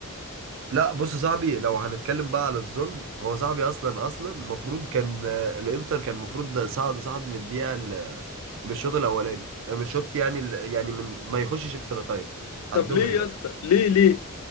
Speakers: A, on the right (about 60°); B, on the left (about 85°).
A: لا بص صاحبي لو هنتكلم بقى على الظلم هو صاحبي اصلا اصلا المفروض كان آه، الانتر كان المفروض ده صعد صاحبي من الدقيقة ال- من الشوط الاولاني آه، من الشوط يعني ال- يعني من ما يخشش اكسترا تايم على
B: طب
A: الدغري
B: ليه يا
A: بقى
B: اسطى ليه ليه